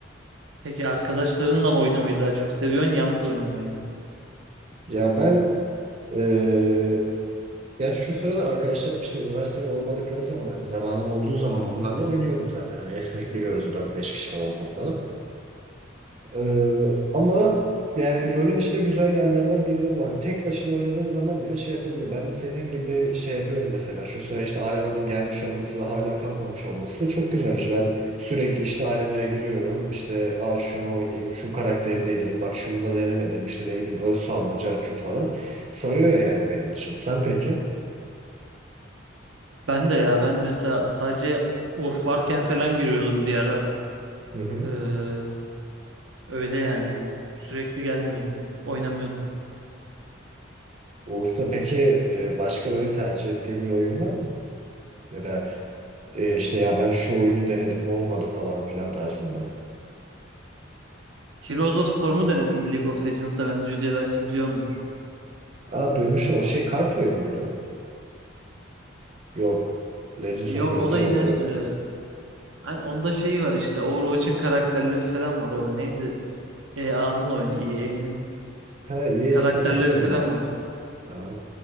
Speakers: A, on the right (about 80°); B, on the right (about 35°).
A: Peki arkadaşlarınla mı oynamayı daha çok seviyorsun, yalnız oynamayı mı?
B: Ya ben eee, Yani şu sıralar arkadaşlarım işte üniversitede olmadıkları zaman hani zamanım olduğu zaman onlarla oynuyorum zaten. Hani esnek giriyoruz 4-5 kişi falan toplanıp. Ee, ama yani LoL'ün işte güzel yanlarından biri de bu. Hani tek başına oynadığın zaman bile şey yapabiliyor. Ben de senin gibi şey yapıyorum mesela. Şu sıra işte Arena'nın gelmiş olması ve hala kalkmamış olması çok güzel güzelmiş. Ben sürekli işte Arena'ya giriyorum. İşte Aa, şunu oynayayım, şu karakteri deneyeyim. Bak şunu da denemedim. İşte ne bileyim örs alma, cartçut falan. Sarıyor yani benim için. Sen peki?
A: Ben de ya ben mesela sadece Urf varken falan giriyordum bir ara.
B: Hı hı.
A: Ee, Öyle yani. Sürekli gelmiyordum. Oynamıyordum.
B: Uğur'da peki e, başka böyle tercih ettiğin bir oyun var mı? Ya da e, işte ya ben şu oyunu denedim olmadı falan filan tarzından.
A: Heroes of Storm'u denedim bir League of Legends'a benziyor diye belki biliyordur.
B: Aa duymuşum o şey kart oyunu muydu? Yok.
A: Ee,
B: Legends
A: Yok
B: of Runeterra'daydı.
A: o da yine e, hani onda şeyi var işte Overwatch'ın karakterleri falan var. O neydi? EA'nın oyunu, EA'nin
B: Ha EA
A: karakterleri
B: Sports'un oyunu.
A: falan var.
B: Aa,